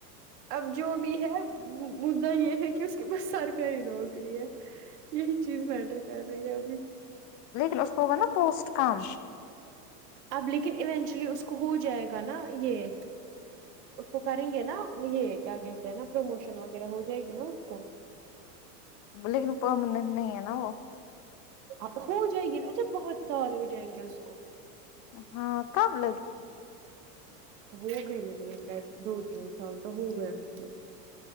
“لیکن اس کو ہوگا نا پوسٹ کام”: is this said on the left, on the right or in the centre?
Left